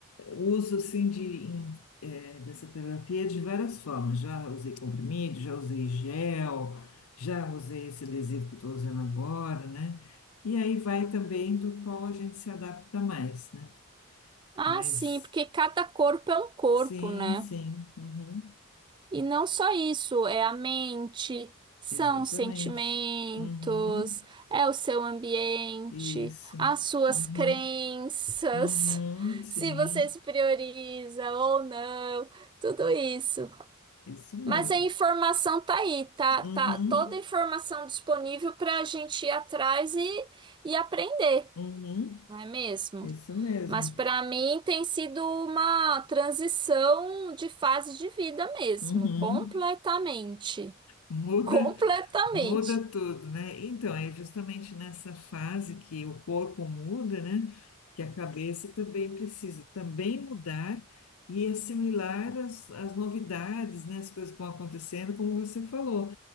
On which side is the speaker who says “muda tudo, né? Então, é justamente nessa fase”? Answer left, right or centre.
Left